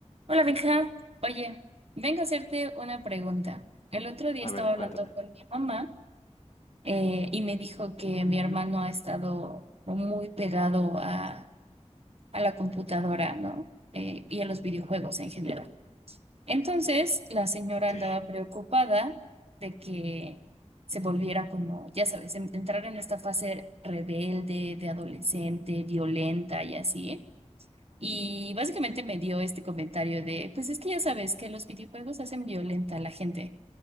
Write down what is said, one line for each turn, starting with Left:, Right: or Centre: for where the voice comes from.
Right: Hola, Benja. Oye, vengo a hacerte una pregunta. El otro día
Left: A
Right: estaba
Left: ver,
Right: hablando
Left: cuéntame.
Right: con mi mamá eh, y me dijo que mi hermano ha estado muy pegado a, a la computadora, ¿no? Eh, y a los videojuegos en general. Entonces, la señora
Left: Ok.
Right: andaba preocupada de que se volviera como, ya sabes, en- entrar en esta fase rebelde, de adolescente, violenta y así. Y básicamente me dio este comentario de, pues es que ya sabes que los videojuegos hacen violenta a la gente.